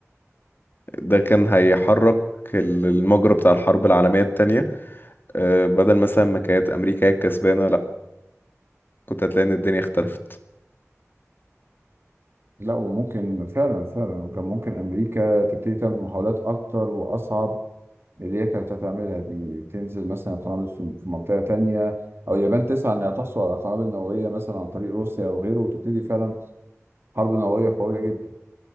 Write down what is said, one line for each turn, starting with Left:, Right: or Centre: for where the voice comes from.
Left: ده كان هيحرك ال- المجرى بتاع الحرب العالمية التانية أه بدل مثلا ما كانت أمريكا هي الكسبانة لأ كنت هتلاقي إن الدنيا اختلفت
Right: لا وممكن فعلا فعلا وكان ممكن أمريكا تبتدي تعمل محاولات أكتر وأصعب من اللي هي كانت هتعملها دي تنزل مثلا قنابل في في منطقة تانية أو اليابان تسعى إنها تحصل على قنابل نووية مثلا عن طريق روسيا أو غيره وتبتدي فعلا حرب نووية قوية جدا